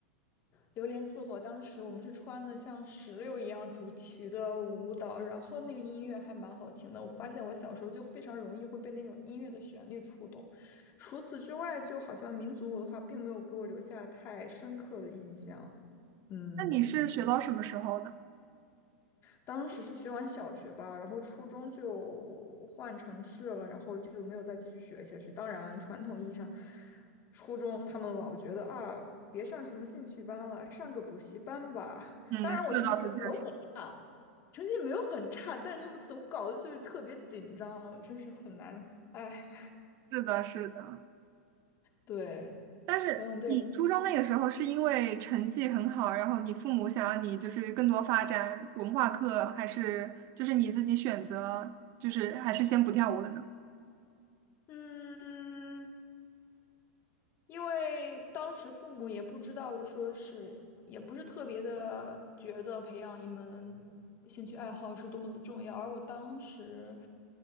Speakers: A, on the left; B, on the right.
A: 榴莲似火，当时我们是穿了像石榴一样主题的舞蹈，然后那个音乐还蛮好听的。我发现我小时候就非常容易会被那种音乐的旋律触动。除此之外，就好像民族舞的话，并没有给我留下太深刻的印象。嗯。
B: 那你是学到什么时候呢？
A: 当时是学完小学吧，然后初中就换城市了，然后就没有再继续学下去。当然，传统意义上，初中他们老觉得啊，别上什么兴趣班了，上个补习班吧。
B: 嗯，
A: 当然，我成绩也没有很差，
B: 这倒是确实，
A: 成绩也没有很差，但是他们总搞得就是特别紧张，真是很难。哎，
B: 是的，是的。
A: 对，
B: 但是你初中那个时候是因为成绩很好，
A: 嗯，对。
B: 然后你父母想让你就是更多发展文化课，还是就是你自己选择，就是还是先不跳舞了呢？
A: 嗯，因为当时父母也不知道，说是也不是特别的觉得培养一门兴趣爱好是多么的重要，而我当时